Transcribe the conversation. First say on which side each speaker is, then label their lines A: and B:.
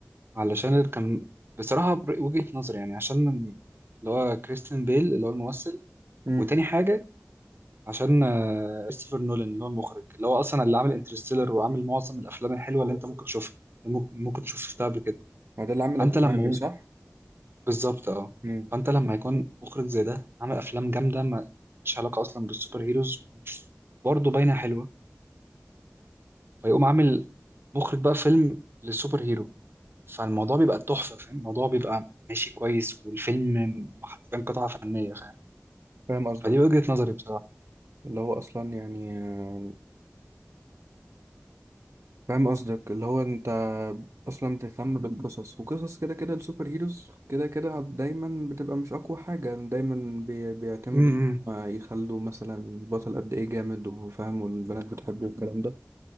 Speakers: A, on the right (about 50°); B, on the right (about 70°).
A: علشان كان بصراحه بر- وجهه نظري يعني عشان اللي هو كريستيان بيل اللي هو الممثل
B: امم
A: وتاني حاجه عشان آه، كريستوفر نولان اللي هو المخرج اللي هو اصلا اللي عامل انترستيلر وعامل معظم الافلام الحلوه اللي انت ممكن تشوفها ممكن ممكن تشوف شفتها قبل كده
B: ما ده اللي عمل
A: فانت
B: اوبنهايمر
A: لما
B: صح
A: بالظبط اه
B: امم
A: فانت لما يكون مخرج زي ده عامل افلام جامده ما- مش علاقه اصلا بالسوبر هيروز برضه باينه حلوه فيقوم عامل مخرج بقى فيلم للسوبر هيرو فالموضوع بيبقى تحفة فاهم الموضوع بيبقى ماشي كويس والفيلم حرفيا قطعة فنية فاهم
B: فاهم قصدك
A: فدي وجهة نظري بصراحة
B: اللي هو اصلا يعني آه، فاهم قصدك اللي هو انت اصلا بتهتم بالقصص وقصص كده كده السوبر هيروز كده كده دايما بتبقى مش اقوى حاجة دايما بي- بيعتمدوا
A: امم
B: ما يخلوا مثلا البطل قد ايه جامد وفاهم والبنات بتحبه والكلام ده